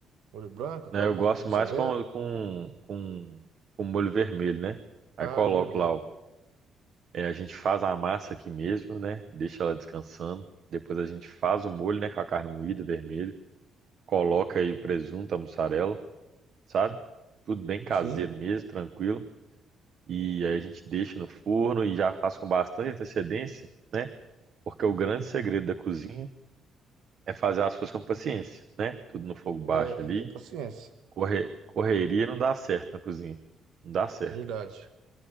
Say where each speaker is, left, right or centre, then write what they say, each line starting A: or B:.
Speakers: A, on the right; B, on the right.
A: Molho branco, tal,
B: né? Eu
A: presunto
B: gosto
A: e mussarela.
B: mais com, com, com, com molho vermelho, né? Aí
A: Ah,
B: coloco
A: vermelho.
B: lá, o- é, a gente faz a massa aqui mesmo, né? Deixa ela descansando. Depois a gente faz o molho, né? Com a carne moída, vermelho. Coloca aí o presunto, a mussarela, sabe? Tudo bem caseiro
A: Sim.
B: mesmo, tranquilo. E aí a gente deixa no forno e já faz com bastante antecedência, né? Porque o grande segredo da cozinha é fazer as coisas com paciência, né? Tudo no fogo baixo
A: É, tem
B: ali.
A: que ter paciência.
B: Corre- correria não dá certo na cozinha. Não dá certo.
A: Verdade.